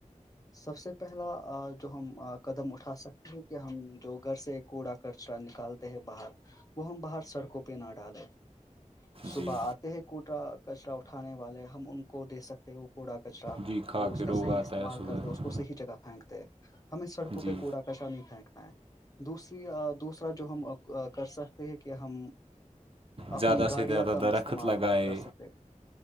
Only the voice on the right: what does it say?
جی
جی کھا
کے
روگ
آتا
ہے صبح
جی
زیادہ
سے زیادہ
درخت
لگائے